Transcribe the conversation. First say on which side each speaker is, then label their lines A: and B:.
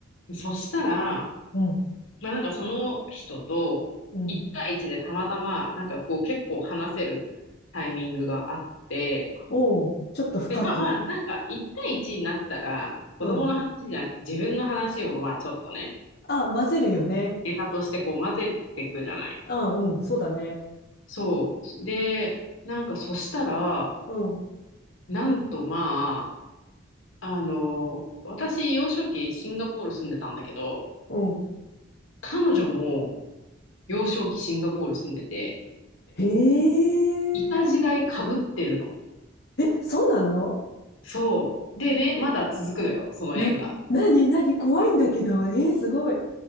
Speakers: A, on the left; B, on the left.
A: そしたら、
B: うん、
A: まあなんかその人と1対1でたまたまなんかこう結構話せるタイミングがあって、
B: うん。おう、ちょっと深く。
A: でまあまあなんか1対1になったら子供の話じゃなくて自分の話もまあちょっとね、
B: うん。あ、混ぜるよね。
A: ネタとしてこう混ぜていくじゃない。
B: あ、うん、そうだね。
A: そう。で、なんかそしたら、
B: うん、
A: なんとまあ、あの、私幼少期シンガポール住んでたんだけど、
B: うん。
A: 彼女も幼少期シンガポール住んでて、
B: へえ。
A: いた時代かぶってるの。
B: え、そうなの
A: そう。でね、まだ続くのよ、その縁が。
B: な、なになに怖いんだけど。えー、すごい。